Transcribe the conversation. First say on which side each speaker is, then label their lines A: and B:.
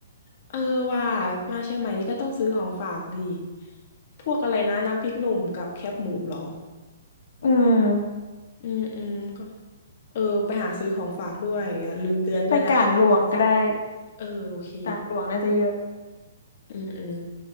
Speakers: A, on the left; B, on the left.
A: เออว่ามาเชียงใหม่นี่ก็ต้องซื้อของฝากดีพวกอะไรนะน้ำพริกหนุ่มกับแคบหมูเหรอ
B: อืม
A: อืมอืมก็เออไปหาซื้อของฝากด้วยอย่าลืมเตือนด้วยนะ
B: ไปกาดหลวงก็ได้
A: เออโอเค
B: กาดหลวงน่าจะเยอะ
A: อืมอืม